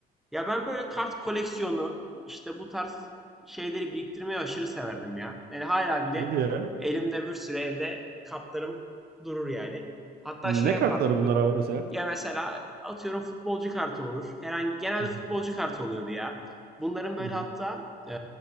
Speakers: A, in the centre; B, on the right.
A: Ya ben böyle kart koleksiyonu işte bu tarz şeyleri biriktirmeyi aşırı severdim ya. Yani hala bile
B: Hadi ya.
A: elimde bir sürü evde kartlarım durur yani. Hatta
B: Ne
A: şey yapardık
B: kartları bunlar abi mesela?
A: ya mesela atıyorum futbolcu kartı olur. Herhangi genelde
B: Hı hı.
A: futbolcu kartı oluyordu ya. Bunların böyle
B: Hı hı.
A: hatta e,